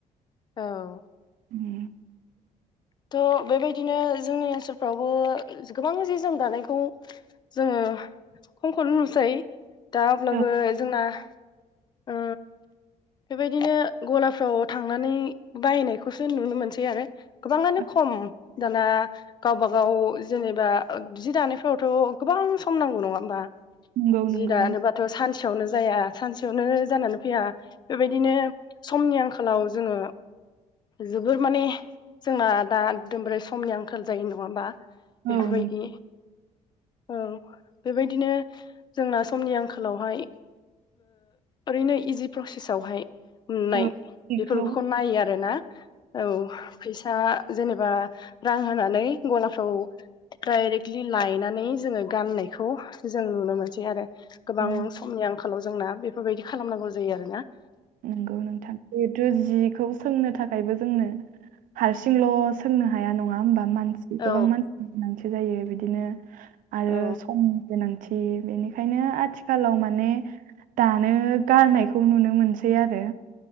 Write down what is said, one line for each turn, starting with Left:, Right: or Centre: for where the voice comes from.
Left: औ
Right: <inaudible>
Left: थ बेबायदिनो जोंनि ओनसोलफ्रावबो गोबां जि जोम दानायखौ जोङो खमखौनो नुसायो दा अब्लाबो
Right: औ
Left: जोंना ओ बेबायदिनो गलाफ्राव थांनानै बायनायखौसो नुनो मोनसै आरो गोबाङानो
Right: औ
Left: खम दाना गावबा गाव जेनेबा जि दानायफोरावथ' गोबां सम नांगौ नङा होमबा?
Right: नंगौ
Left: जि
Right: नंगौ
Left: दानोबाथ' सानसेयावनो जाया सान <unintelligible> जानानै फैया बेबायदिनो समनि आंखालाव जोङो जोबोर माने जोंना दा एकदमबारे समनि आंखाल जायो नङा होमबा? बेफोरबायदि
Right: औ नों
Left: औ बेबायदिनो जोंना समनि आंखालावहाय ओरैनो इजि प्रसेसआवहाय नुनाय
Right: औ जिखौ
Left: बेफोरखौ नायो आरोना औ फैसा जेनेबा रां होनानै गलाफ्राव दडायरेक्टलि लायनानै जोङो गाननायखौ जों नुनो मोनसै आरो गोबां
Right: औ
Left: समनि आंखालाव जोंना बेफोरबायदि खालामनांगौ जायो आरो ना
Right: नंगौ नोंथां जिहेथु जिखौ सोंनो थाखायबो जोंनो हारसिंल' सोंनो हाया नङा होमबा मान
Left: औ
Right: गोबां मानसि गोनांथि जायो बिदिनो आरो
Left: औ
Right: सम गोनांथि बेनिखायनो आथिखालाव माने दानो गारनायखौ नुनो मोन सै आरो